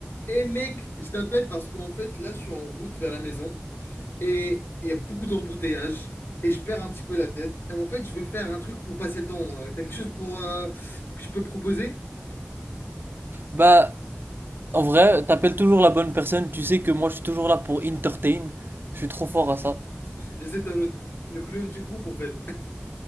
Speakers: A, on the left (about 65°); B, on the right (about 55°).
A: Eh mec, je t'appelle parce qu'en fait, là, je suis en route vers la maison et il y a beaucoup d'embouteillages et je perds un petit peu la tête. Et en fait, je veux faire un truc pour passer le temps. Euh, T'as quelque chose pour euh, que je peux me proposer?
B: Bah, en vrai, t'appelles toujours la bonne personne, tu sais que moi je suis toujours là pour entertain. Je suis trop fort à ça. <laughs>
A: J'essaie un autre, le clown du groupe, en fait.